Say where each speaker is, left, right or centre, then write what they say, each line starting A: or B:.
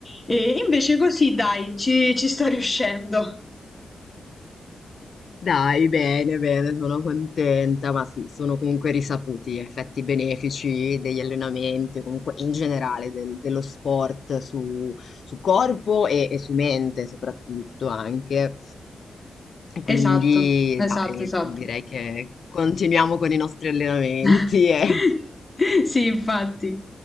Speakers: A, on the left; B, on the left.
A: E invece così, dai, ci, ci sto riuscendo.
B: Dai, bene, bene, sono contenta, ma sì, sono comunque risaputi gli effetti benefici degli allenamenti, comunque in generale del- dello sport su, su corpo e, e su mente soprattutto anche. Quindi,
A: Esatto, esatto,
B: dai,
A: esatto.
B: direi che continuiamo con i nostri allenamenti
A: <laughs>
B: e
A: Sì, infatti.